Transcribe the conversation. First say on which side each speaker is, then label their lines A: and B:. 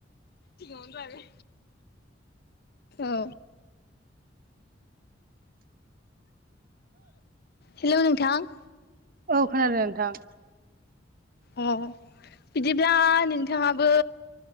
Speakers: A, on the left; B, on the right.
A: आरो। औ। हेल' नोंथां।
B: औ खोनादों नोंथां।
A: अ। बिदिब्ला नोंथाङाबो